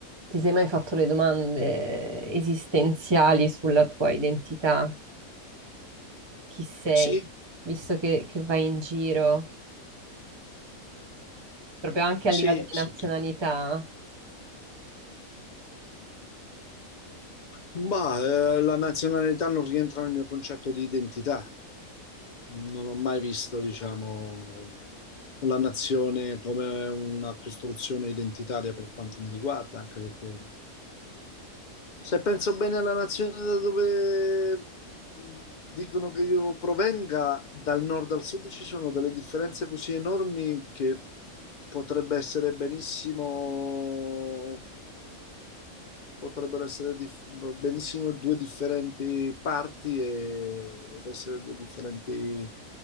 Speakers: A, on the right; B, on the left.
A: Ti sei mai fatto le domande esistenziali sulla tua identità? Chi sei?
B: Sì,
A: Visto che, che vai in giro, proprio anche
B: sì,
A: a livello di
B: sì.
A: nazionalità,
B: chiaro. Ma eh, la nazionalità non rientra nel mio concetto di identità. Non ho mai visto, diciamo, la nazione come una costruzione identitaria per quanto mi riguarda, anche perché se penso bene alla nazione da dove dicono che io provenga, dal nord al sud ci sono delle differenze così enormi che potrebbe essere benissimo potrebbero essere dif- benissimo due differenti parti e- ed essere due differenti